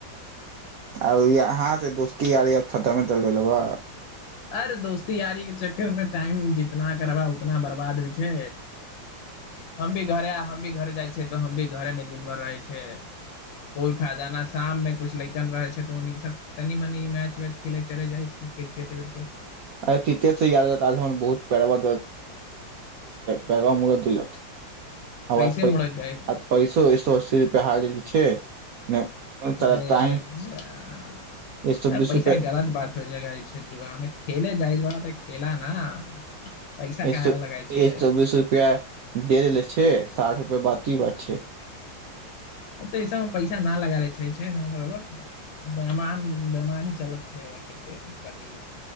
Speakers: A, on the right (about 70°); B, on the left (about 75°).
A: आ य हहाँ से दोस्ती य छटामे त ल लब
B: अरे दोस्ती यारी के चक्कर मे टाइम जितना करबा इतना बर्बाद भी छै हम भी घर भी घरे जाइ छियै तो हम भी घरे मे दिन भर रहे छ कोई फायदा न शाम मे कुछ लैकन रहे छै त तनी मनी मैच वैच खेले चले जाइ क्रिकेट <unintelligible>
A: अे तीे याद रह हम बहुत पैरबा पैरबा मुड़क देलक अब
B: कैसे
A: आज
B: मुड़क गेल
A: पैसो उसो अस्सी रुपैया हार गेली छै ने ताही
B: ए अच्छह
A: एक सए बीस
B: पैसा
A: रुपआ
B: गलत बात हो जय छै जुआमे खेल जाइत बा गेला न पैसा
A: एक
B: काहे
A: सो
B: ला लगाइ छै
A: एक सौ बीस रुपया दे देेले छै साठ रुपआ बाकी बात छै
B: ओ तऽ एहि सभमे पैसा नहि लगा लै छै छैसभ बेमान बेमानी चलै छै क्रिकेटमे बड्डी